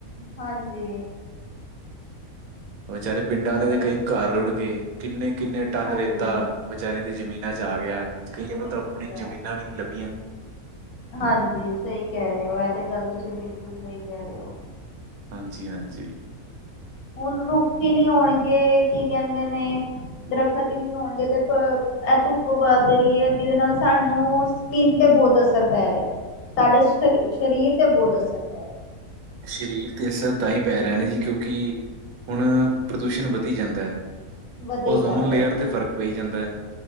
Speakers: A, on the left; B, on the right.
A: ਹਾਂਜੀ।
B: ਵਿਚਾਰੇ ਪਿੰਡਾਂ ਆਲੇ ਦੇ
A: ਇਹ
B: ਕਈ ਘਰ ਰੁੜ ਗਏ। ਕਿੰਨੇ-ਕਿੰਨੇ ਟਨ
A: ਹਾਂਜੀ
B: ਰੇਤਾ ਵਿਚਾਰੇਆਂ ਦੀ ਜਮੀਨਾਂ ਤੇ ਆ ਗੇਆ। ਕਈਆਂ
A: ਜ਼ਮੀਨ
B: ਨੂੰ ਤਾਂ ਅਪਣੀ
A: ਜਾ
B: ਜਮੀਨਾਂ ਵੀ ਨੀ ਲੱਭੀਆਂ।
A: ਹਾਂਜੀ ਸਈ ਕੈ ਰੇ ਓ। ਐ ਤੇ ਗੱਲ ਤੁਸੀ ਬਿਲਕੁਲ ਸਈ ਕੈ ਰੇ ਓ।
B: ਹਾਂਜੀ-ਹਾਂਜੀ।
A: ਹੁਣ ਰੁੱਖ ਈ ਨੀ ਹੋਣਗੇ। ਕੀ ਕੈਂਦੇ ਨੇ ਦਰਖਤ ਈ ਨੀ ਹੋਣਗੇ ਤੇ ਐ ਧੁੱਪ ਵੱਧ ਰੀ ਐ। ਜਿਦੇ ਨਾਲ ਸਾਨੂੰ ਸਕਿੰਨ ਤੇ ਬੋਤ ਅਸਰ ਪੈ ਰੇਐ। ਸਾਡੇ ਸਰੀਰ ਤੇ ਬੋਤ ਅਸਰ ਪੈ ਰੇਐ।
B: ਸ਼ਰੀਰ ਤੇ ਅਸਰ ਤਾਂ ਈ ਪੈ ਰੇਆ ਨਾ ਜੀ ਕਿਉਂਕਿ ਹੁਣ
A: ਹਮ
B: ਪ੍ਰਦੂਸ਼ਣ ਵਧੀ ਜਾਂਦਾ ਐ।
A: ਵਧੀ
B: ਓਜ਼ੋਨ
A: ਜਾਂਦਾ
B: ਲੇਅਰ
A: ਜੀ
B: ਤੇ ਫ਼ਰਕ ਪਈ ਜਾਂਦੈ।